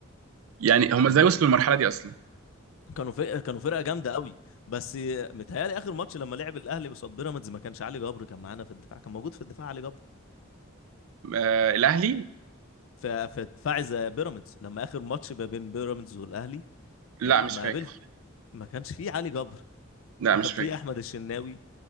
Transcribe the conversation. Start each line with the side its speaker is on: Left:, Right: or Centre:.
Right: يعني
Left: ما
Right: هم
Left: كانوا
Right: ازاي وصلوا للمرحله دي اصلا
Left: كانوا فرقه كانوا فرقه جامده قوي بس متهيألي اخر ماتش لما لعب الاهلي قصاد بيراميدز ما كانش علي جبر كان معانا في الدفاع كان موجود في الدفاع علي جبر
Right: آه الاهلي
Left: ف- فدفاعي زي بيراميدز لما اخر ماتش ما بين بيراميدز والاهلي
Right: لا
Left: ما
Right: مش
Left: ما
Right: فاكر
Left: قابلت ما كانش فيه علي جبر
Right: لا
Left: هو
Right: مش
Left: كان
Right: فاكر
Left: فيه احمد الشناوي